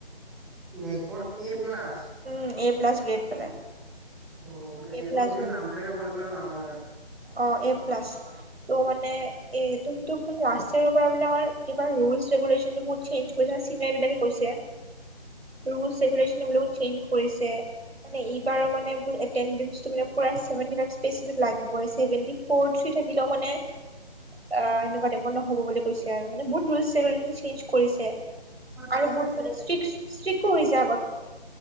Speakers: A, in the centre; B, on the right.
A: Next A plus.
B: Um A plus grade পালে।
A: অ মান
B: এ
A: নেকট
B: প্লাছ
A: যদি
B: হ'ল
A: নাম থাকে কলেজখনৰ নাম হয়।
B: অ এ প্লাছ। ত' মানে এ ত এইটো মে লাষ্ট ইয়ৰ পৰা আমাৰ এইবাৰ ৰুলছ ৰেগোশেচনহ চেঞ্জ কৰিছে চিনিয়ৰ বিলাকে কৈছে।
A: <inaudible>
B: ৰুলচ ৰেগুলেশ্যন এইবিলাক চেঞ্জ কৰিছে মানে এইবাৰো মানে ব এটেনদেঞ্চটো মানে পোৰা <unintelligible> লাগিবই, চেভেন্তি ফৌৰ থ্ৰী থাকিলেও মানে অ এনেকুৱা টাইপৰ নহ'ব বুলি কৈছে আৰু মানে বহুত ৰুলছ ৰেগুলেচন চেঞ্জ কৰিছে।
A: আচ্ছা
B: আৰু
A: এইটো
B: বহুত
A: চে
B: মানে স্ত্ৰীক স্ত্ৰিকো হৈছে আগতকে।